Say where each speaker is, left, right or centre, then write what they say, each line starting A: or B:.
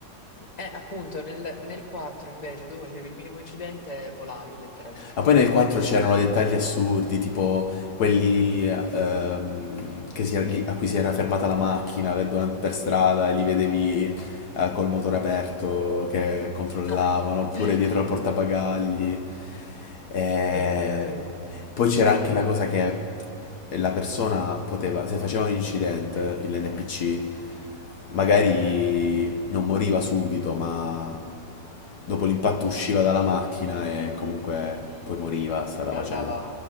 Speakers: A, on the left; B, on the left.
A: Eh, appunto, nel, nel 4 invece, dove facevi il minimo incidente, volavi letteralmente.
B: Ma poi nel 4
A: E poi...
B: c'erano dettagli assurdi, tipo quelli ehm, che si era- a cui si era fermata la macchina per, per strada e li vedevi eh, col motore aperto che controllavano,
A: <laughs> Ah, è
B: oppure
A: vero,
B: dietro al portabagagli. E
A: è vero.
B: Poi c'era anche la cosa che la persona poteva, se faceva un incidente, l'NPC, magari non moriva subito, ma dopo l'impatto usciva dalla macchina e comunque poi moriva, stata
A: E
B: facendo.
A: andava...